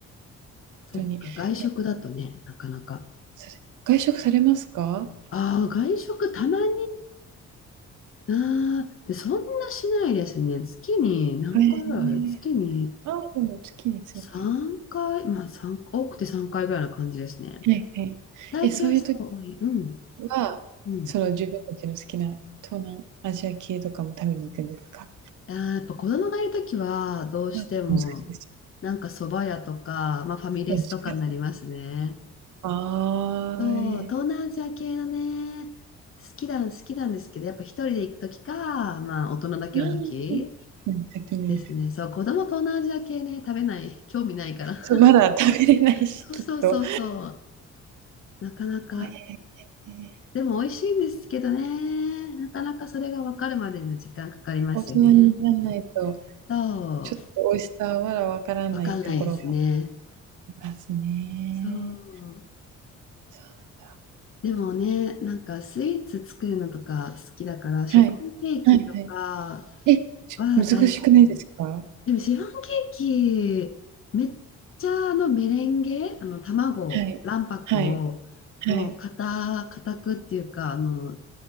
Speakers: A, on the left; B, on the right.
A: そっか、
B: とに。
A: 外食だとね、
B: え、
A: なかなか。
B: それ、外食されますか？
A: ああ、外食たまに。ああ、で、そんなしないですね。月に何回ぐらい月に
B: へえ。ああ、でも月に数回。
A: 3回、まあ三多くて3回ぐらいな感じですね。
B: はいはい。
A: 最近はそう、
B: え、そういう時
A: 多い。うん、
B: は、
A: うん。
B: その自分たちの好きな東南アジア系とかも食べに行くんですか？
A: あー、やっぱ子供がいるときは、どうしても、
B: あ、難しいです。
A: なんか蕎麦屋とか、まあファミレスとかになりますね。
B: おもしろいああ、
A: そう、
B: ええ。
A: 東南アジア系のね、好きなん、好きなんですけど、やっぱ一人で行くときか、まあ大人だけのとき
B: うん、うん。うん、先に。
A: ですね。そう、子供東南アジア系ね、食べない、興味ないから。
B: そう、まだ食べれないし、
A: <laughs> そうそうそうそう、
B: きっと。
A: なかなか、
B: おええ。ええ
A: でも美味しいんですけどね、なかなかそれが分かるまでには時間かかりますよね。
B: 大人になんないと、
A: そう、
B: ちょっと美味しさはまだわからないところも
A: 分かんないですね。
B: ありますね。
A: そう。
B: そうなんだ。
A: でもね、なんかスイーツ作るのとか好きだから、シフォンケーキとか
B: はい。はいはい。え、ちょ難しくないですか？
A: は大好き。でもシフォンケーキ、めっちゃあのメレンゲ、あの卵、
B: はい。
A: 卵白をもう固、
B: はい。はい。
A: 固くっていうか、あの、